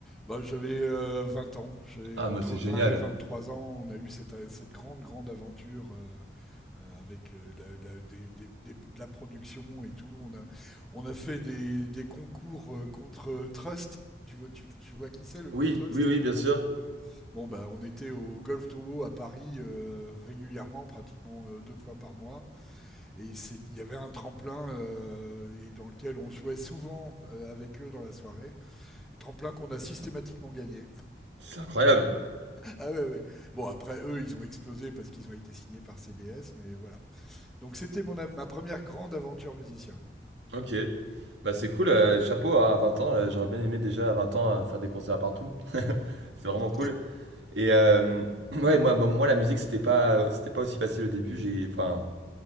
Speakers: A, in the centre; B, on the right (about 85°).
A: Bah, j'avais euh, 20 ans. J'ai
B: Ah,
A: entre
B: mais c'est génial.
A: 20 et 23 ans, on a eu cette, cette grande grande aventure euh, euh, avec euh, de la, de la- des- des- des- de la production et tout. On a on a fait des, des concours euh, contre euh, Trust. Tu vois tu, tu vois qui c'est le
B: Oui,
A: groupe Trust?
B: oui, oui, bien sûr.
A: Voilà. Bon bah on était au Golf Towo à Paris euh, régulièrement, pratiquement euh, deux fois par mois. Et c'est- il y avait un tremplin euh, et dans lequel on jouait souvent euh, avec eux dans la soirée. Et tremplin qu'on a systématiquement gagné.
B: C'est incroyable.
A: Ah ouais, ouais. Bon, après, eux, ils ont explosé parce qu'ils ont été signés par CBS, mais voilà. Donc, c'était mon, a- ma première grande aventure musicien.
B: Ok. Bah c'est cool, euh, chapeau à 20 ans. euh, j'aurais bien aimé déjà à 20 ans euh, faire des concerts partout. C'est vraiment
A: Mmh.
B: cool. Et euh, <clears throat> ouais, moi, moi, moi, la musique, c'était pas, c'était pas aussi facile au début. J'ai, enfin,